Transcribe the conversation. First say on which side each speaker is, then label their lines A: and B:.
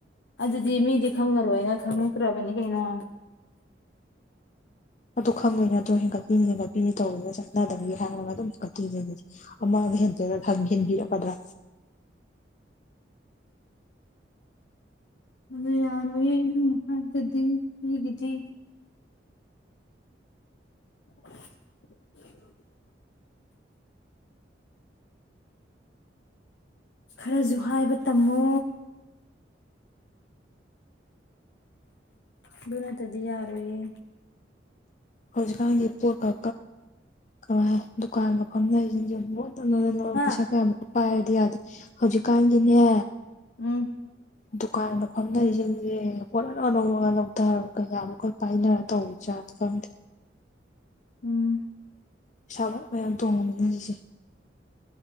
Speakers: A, on the left; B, on the left.
A: ꯑꯗꯨꯗꯤ ꯃꯤꯗꯤ ꯈꯪꯉꯔꯣꯏꯅ ꯈꯪꯉꯛꯇ꯭ꯔꯕꯅꯤ ꯀꯩꯅꯣ
B: ꯑꯗꯨꯣ ꯈꯪꯉꯣꯏ ꯅꯠꯇ꯭ꯔꯣ ꯍꯦꯟꯀꯠꯄꯤꯅꯤ ꯍꯦꯟꯀꯠꯄꯤꯅꯤ ꯇꯧꯔꯒ ꯆꯥꯟꯅꯗꯕꯤꯒꯤ ꯍꯥꯏꯔꯒ ꯑꯗꯨꯝ ꯍꯦꯟꯀꯠꯄꯤꯅꯦ ꯑꯗꯨꯗꯤ ꯑꯃꯗ ꯍꯦꯟꯖꯔꯒ ꯈ ꯍꯦꯟꯕꯤꯔꯛꯀꯗ꯭ꯔꯥ
A: ꯑꯗꯨ ꯌꯥꯔ ꯑꯣꯏꯌꯦ ꯇꯗꯤꯒꯤꯗꯤ <inaudible> ꯈꯔꯁꯨ ꯍꯥꯏꯕ ꯇꯝꯃꯣ ꯑꯗꯨ ꯅꯠꯇꯗꯤ ꯌꯥꯔꯣꯏꯌꯦ
B: ꯍꯧꯖꯤꯛꯀꯥꯟꯒꯤ ꯄꯣꯠ ꯀ ꯀ ꯗꯨꯀꯥꯟ ꯃꯐꯝ ꯂꯩꯁꯤꯡꯁꯦꯣꯠ
A: ꯍꯥ
B: ꯄꯩꯁꯥ ꯀꯌꯥꯃꯨꯛ ꯄꯥꯏꯔꯗꯤ ꯌꯥꯗꯦ ꯍꯧꯖꯤꯛꯀꯥꯟꯒꯤꯅꯦ
A: ꯎꯝ
B: ꯗꯨꯀꯥꯟꯒ ꯐꯝꯅꯔꯤꯁꯤꯡꯁꯦ ꯍꯣꯠꯅꯅꯅꯧꯕꯔꯒ ꯂꯧꯊꯔ ꯀꯩꯌꯥ ꯑꯩꯈꯣꯏ ꯄꯥꯏꯅꯔ ꯇꯧꯋ ꯆꯥꯕ ꯈꯪꯗꯦ
A: ꯎꯝ
B: ꯁꯥꯥꯕ ꯃꯌꯥꯝ ꯇꯣꯡꯉꯅꯤ ꯍꯧꯖꯤꯛꯁꯦ